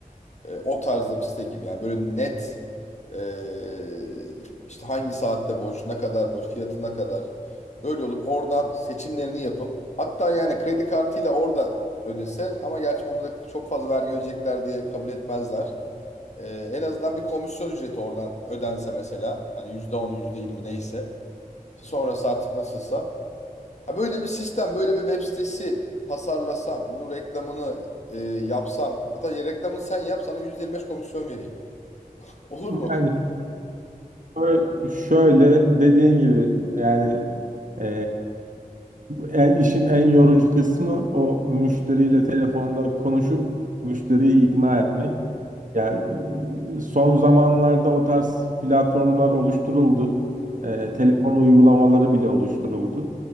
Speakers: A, on the left; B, on the right.
A: e, o tarzda bir site gibi yani böyle net ee, işte hangi saatte boş, ne kadar boş, fiyatına kadar. Öyle olup oradan seçimlerini yapıp hatta yani kredi kartıyla orada ödese ama gerçi onda da çok fazla vergi ödeyecekler diye kabul etmezler. Ee, en azından bir komisyon ücreti oradan ödense mesela hani yüzde on, yüzde yirmi neyse İşte sonrası artık nasılsa. Ha böyle bir sistem, böyle bir web sitesi tasarlasam, bunun reklamını e, yapsam hatta ya reklamını sen yap sana %25 komisyon vereyim. Olur mu?
B: Yani şöyle, şöyle dediğin gibi yani e, en, işin en yorucu kısmı o müşteriyle telefonda konuşup müşteriyi ikna etmek. Ya e, son zamanlarda o tarz platformlar oluşturuldu.
A: Hmm.
B: E, telefon uygulamaları bile oluşturuldu.